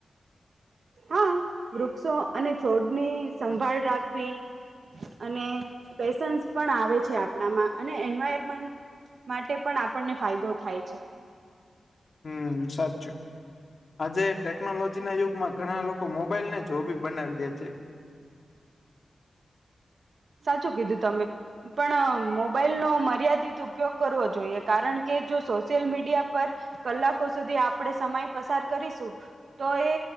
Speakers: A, on the right; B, on the left.
A: હા વૃક્ષો અને છોડની સંભાળ રાખવી. અને પેશન્સ પણ આવે છે. આપણામાં અને એન્વાયરમેન્ટ માટે પણ આપણને ફાયદો થાય છે.
B: હમ્મ સાચું આજે ટેકનોલોજી ના યુગમાં ઘણા લોકો મોબાઈલ ને જોબી બનાવી દે છે.
A: સાચું કીધું તમે પણ મોબાઈલનો મર્યાદિત ઉપયોગ કરવો જોઈએ, કારણ કે જો સોશિયલ મીડિયા પર કલાકો સુધી આપણે સમય પસાર કરીશું. તો એ